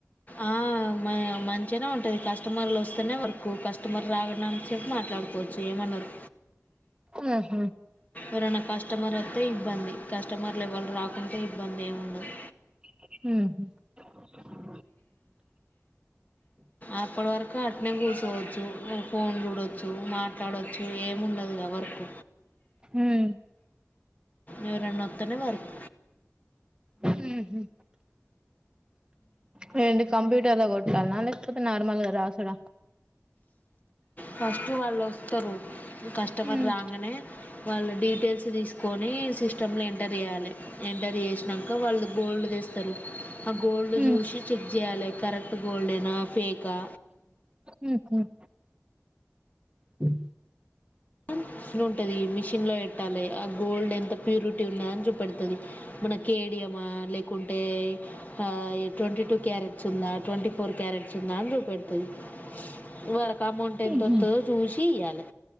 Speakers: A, on the left; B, on the right.
A: ఆ మ మంచిగానే ఉంటది కస్టమర్లు వస్తేనే వర్కు కస్టమర్ రాకున్నంతసేపు మాట్లాడుకోవచ్చు ఏమనరు
B: ఉహు
A: ఏరన్న కస్టమర్ వస్తే ఇబ్బంది కస్టమర్లులెవల్ రాకుంటే ఇబ్బంది ఏముండదు
B: ఉమ్
A: అప్పుడు వరకు ఆ నేను కూర్చోవచ్చును ఫోన్ చూడచ్చు మాట్ తడొచ్చు ఏముండదు గా వర్క్
B: ఉమ్
A: యోరన్నోతే నే వర్క్
B: ఉమ్ హు లేదంటే కంప్యూటర్ లో కొ ట్ కనా లేకుపోతే నార్మల్ రాసుడ
A: ఫస్ట్ వాళ్ళు వస్తారు కస్టమర్
B: ఉమ్
A: రాగానే వాళ్ళు డీటెయిల్స్ తీసుకొని సిస్టలోంట ఎంటర్ చేయాలి ఎంటర్ చేసినాక వాళ్ళు గోల్డ్ తీస్ తరు ఆ గోల్డ్
B: ఉమ్
A: జూసి చెప్ జేయాలె కరెక్ట్ గోల్డెనా ఫేకా
B: మ్మ్ హ్మ్ మ్
A: మిష్నుంటది మిషిన్లో వెట్టాలి ఆ గోల్డ్ ఎంత ప్యూరిటీ ఉన్నద అని చూపెడుతుంది. మన కేడియమా లేకుంటే ఆహ్ ట్వంటీ టూ క్యారెట్స్ ఉందా, ట్వంటీ ఫోర్ క్యారెట్స్ ఉందా అని చూపెడుతుంది వా, అమౌంట్ ఎంత
B: ఉహు
A: వత్తదో చూసి ఇయ్యాలె